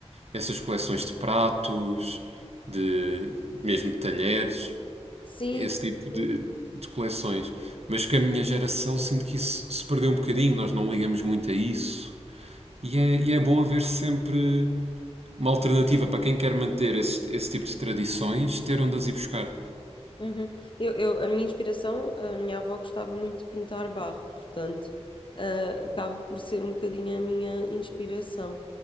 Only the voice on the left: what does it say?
Sim,
sim,
sim.
Uhum. Eu, eu- a minha inspiração, a minha avó gostava muito de pintar barro, portanto, ah, acaba por ser um bocadinho a minha inspiração.